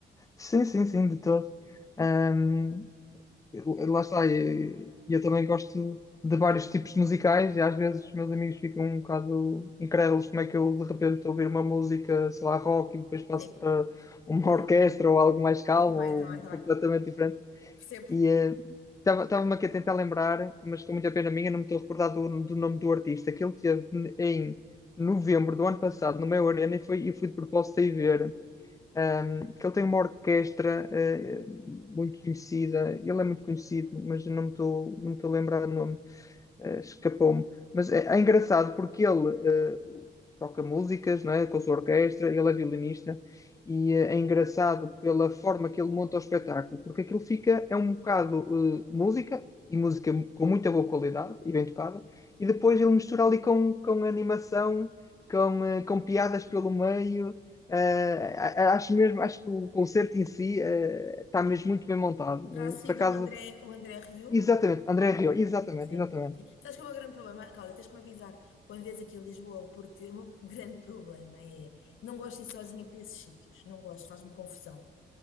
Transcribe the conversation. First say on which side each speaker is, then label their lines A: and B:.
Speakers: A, on the left (about 15°); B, on the left (about 80°).
A: Sim, sim, sim, de todo. Ahm, lá está, e e eu também gosto de vários tipos de musicais e às vezes os meus amigos ficam um bocado incrédulos como é que eu de repente estou a ouvir uma música, sei lá, rock e depois passo
B: Sim,
A: para uma <laughs> orquestra
B: sim,
A: ou algo mais calmo
B: eu também,
A: ou
B: eu também, eu também.
A: completamente diferente.
B: Percebo.
A: E estava-me aqui a tentar lembrar, mas com muita pena minha não me estou a recordar do, do nome do artista, que ele teve em novembro do ano passado no meu Arena e, foi, e fui de propósito aí ver. Um, que ele tem uma orquestra uh, muito conhecida, ele é muito conhecido, mas eu não me estou não me estou a lembrar do nome eh, escapou-me. Mas é, é engraçado porque ele eh, toca músicas, não é? Com a sua orquestra, ele é violinista e eh, é engraçado pela forma que ele monta o espetáculo, porque aquilo fica, é um bocado eh, música, e música com muita boa qualidade e bem tocada, e depois ele mistura ali com, com animação, com, eh, com piadas pelo meio. Eh, a- a- acho mesmo, acho que o concerto em si eh, está mesmo muito bem montado.
B: Terá sido
A: Eh, por acaso,
B: o André, o André Rieu,
A: exatamente, André Rio, exatamente,
B: Sim.
A: exatamente.
B: sim. Sabes que o meu grande problema, Cláudia, tens que me avisar quando vês aqui a Lisboa, porque o meu <laughs> grande problema é não gosto de ir sozinha para esses sítios, não gosto, faz-me confusão.